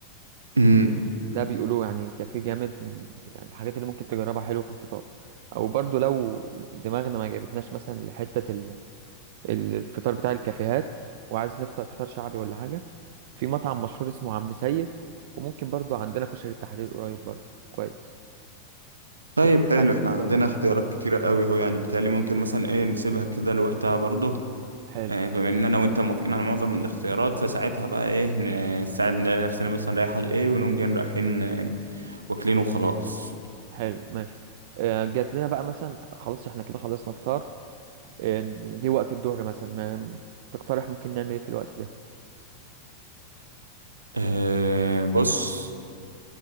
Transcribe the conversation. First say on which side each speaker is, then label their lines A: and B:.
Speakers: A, on the right; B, on the right.
A: امم
B: ده بيقولوا يعني كافيه جامد من يعني الحاجات اللي ممكن تجربها حلو في الفطار او برضو لو دماغنا ما جابتناش مثلا لحتة ال- الفطار بتاع الكافيهات وعايز نفطر فطار شعبي ولا حاجة في مطعم مشهور اسمه عم سيد وممكن برضو عندنا كشري التحرير قريب برضو كويس شوف
A: طيب حلو
B: عايز
A: احنا
B: تفطر
A: عندنا
B: ايه
A: اختيارات كتيرة قوي هو يعني بالتالي ممكن مثلا ايه نسيبها كده لوقتها برضه
B: حلو
A: آه، بما ان انا وانت موافقين على معظم الاختيارات فساعتها بقى ايه ن- ساعة نلاقي نفسنا مثلا رايحة لايه ونقوم جايين رايحين آه، واكلين وخلاص
B: حلو ماشي آه، جات لنا بقى مثلا خلاص احنا كده خلصنا فطار آه، جه وقت الظهر مثلا ما- تقترح ممكن نعمل ايه في الوقت ده
A: آه، بص